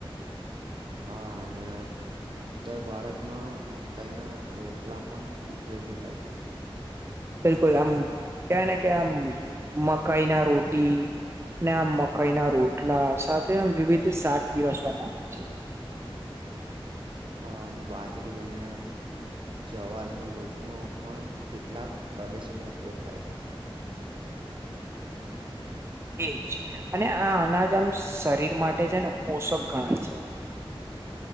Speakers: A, on the right; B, on the right.
A: હા અને ઉત્તર ભારતમાં મકાઈ ના રોટલા પણ ઉપયોગી થાય છે
B: બિલકુલ આમ કેવાય ને કે આમ મકાઈ ના રોટી ને આ મકાઈ ના રોટલા સાથે વિવિધ શાક પીરસવામાં આવે છે
A: હા અને બાજરી જ ને જવારનો લોટ નો પણ કેટલાક પ્રદેશોમાં ઉપયોગ થાય છે
B: એ જ છે અને આ અનાજ આમ શરીર માટે છે ને પોષક ગણાય છે